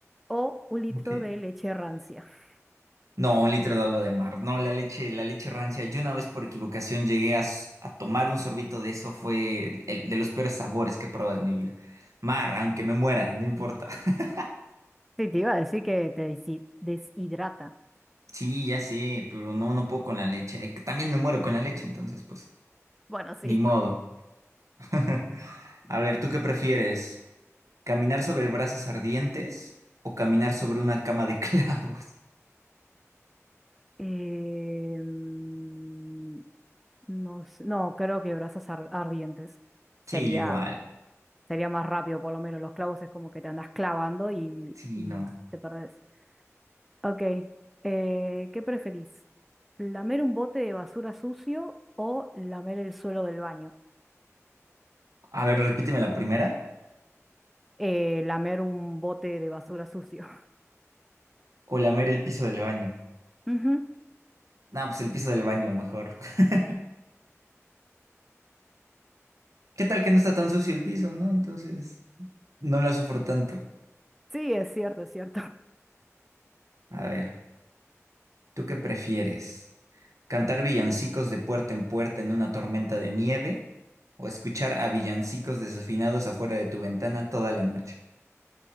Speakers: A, in the centre; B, on the right (about 80°).
A: o un litro
B: Ok.
A: de leche rancia? <laughs>
B: No, un litro de agua de mar. No, la leche, la leche rancia. Yo una vez por equivocación llegué a, s- a tomar un sorbito de eso. Fue el, de los peores sabores que he probado en mi vida. Mar, aunque me muera, no importa. <laughs>
A: Sí, te iba a decir que te desi- deshidrata.
B: Sí, ya sé, pero no, no puedo con la leche. Eh, También me muero con la leche, entonces, pues,
A: Bueno, sí.
B: ni modo. <laughs> A ver, ¿tú qué prefieres? ¿Caminar sobre brasas ardientes o caminar sobre una cama de clavos?
A: <laughs> Em, No, sé- no, creo que brasas ar- ardientes
B: <laughs>
A: sería,
B: Sí, yo igual.
A: sería más rápido, por lo menos. Los clavos es como que te andas clavando y,
B: Sí,
A: y
B: no.
A: te perdés. Ok, eh, ¿qué preferís? ¿Lamer un bote de basura sucio o lamer el suelo del baño?
B: A ver, repíteme la primera.
A: Eh, lamer un bote de basura sucio.
B: O lamer el piso del baño.
A: <laughs> Ujú.
B: No, pues el piso del baño, mejor. <laughs> ¿Qué tal que no está tan sucio el piso, no? Entonces, no la sufro tanto.
A: Sí, es cierto, es cierto. <laughs>
B: A ver, ¿tú qué prefieres? ¿Cantar villancicos de puerta en puerta en una tormenta de nieve? ¿O escuchar a villancicos desafinados afuera de tu ventana toda la noche?